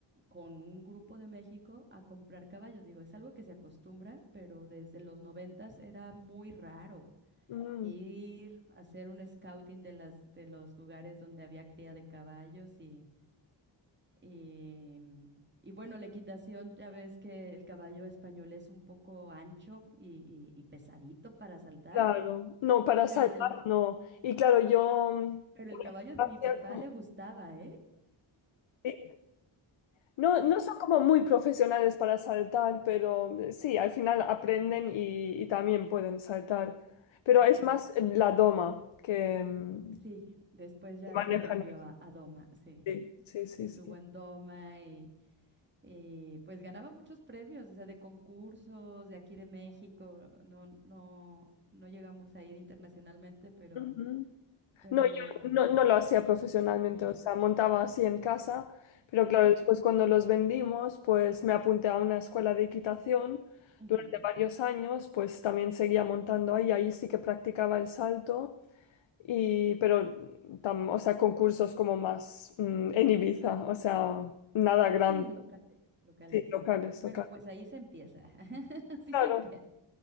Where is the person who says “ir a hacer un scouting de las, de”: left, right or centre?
Right